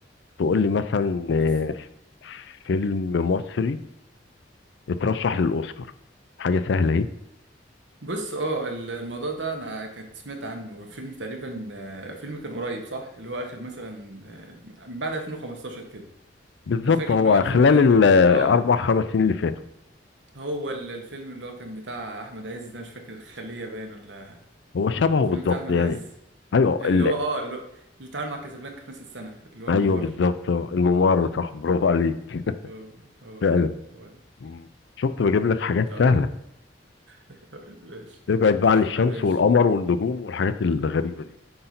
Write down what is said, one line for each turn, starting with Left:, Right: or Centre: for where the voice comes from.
Left: تقول لي مثلا آه
Right: بس
Left: فيلم مصري اترشح للأوسكار حاجة سهلة اهي
Right: بص اه ال- الموضوع ده انا كنت سمعت عنه فيلم تقريبا آه، فيلم كان قريب صح اللي هو اخر مثلا آه، بعد 2015 كده
Left: بالظبط
Right: انا فاكر
Left: هو
Right: ان هو الفيلم
Left: خلال
Right: ده
Left: الأربع
Right: اه
Left: خمس سنين اللي فاتوا
Right: هو ال- الفيلم اللي هو كان بتاع احمد عز ده مش فاكر الخلية باين ولا
Left: هو شبهه
Right: الفيلم
Left: بالظبط
Right: بتاع احمد
Left: يعني
Right: عز
Left: أيوه
Right: اللي
Left: ال...
Right: هو اه اللي, هو اللي اتعامل مع كازابلانكا في نفس السنة اللي هو
Left: أيوه
Right: الممر
Left: بالظبط آه، الممر صح برافو عليك
Right: هو هو
Left: فعلا
Right: ده هو ده
Left: مم. شفت بجيب لك حاجات
Right: طب
Left: سهلة
Right: <laughs> ماشي
Left: ابعد بقى عن الشمس
Right: ماشي
Left: والقمر والنجوم والحاجات الغريبة دي